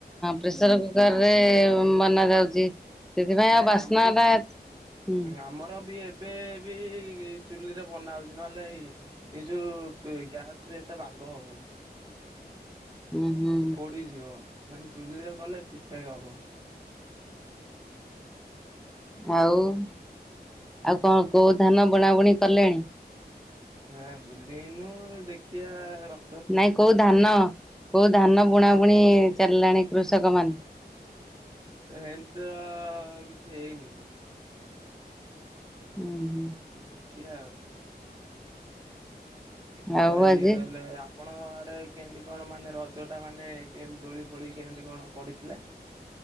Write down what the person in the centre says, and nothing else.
ପ୍ରେସର କୁକର୍ ରେ ବନାଯାଉଛି। ସେଥିପାଇଁ
ଆଉ ବାସ୍ନାଟା
ହୁଁ।
ହୁଁ ହୁଁ
ହଁ ଆଉ। ଆଉ କଣ କୋଉ ଧାନ ବୁଣାବୁଣି କଲେଣି?
ନାଇଁ କୋଉ ଧାନ କୋଉ ଧାନ ବୁଣା ବୁଣି ଚାଲିଲାଣି କୃଷକ ମାନେ
ହୁଁ ହୁଁ।
ଆଉ ଆଜି